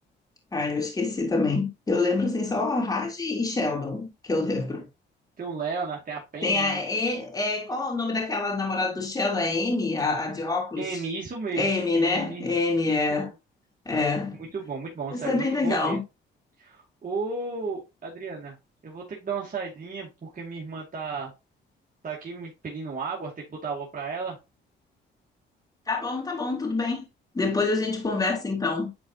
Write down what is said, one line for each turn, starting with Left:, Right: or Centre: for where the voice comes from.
Left: Ah, eu esqueci também. Eu lembro assim só a Raj e Sheldon, que eu lembro.
Right: Tem o Leonard, tem a Penny.
Left: Tem a E- é, qual é o nome daquela namorada do Sheldon? É M, a, a de óculos?
Right: M, isso mesmo.
Left: É M,
Right: M,
Left: né? M
Right: isso
Left: é,
Right: mesmo.
Left: é.
Right: Muito bom, muito bom. Uma
Left: Isso
Right: série
Left: é
Right: muito
Left: bem legal.
Right: boa mesmo. Ô, Adriana, eu vou ter que dar uma saidinha porque minha irmã tá, tá aqui me pedindo água, tem que botar água pra ela.
Left: Tá bom, tá bom, tudo bem. Depois a gente conversa então.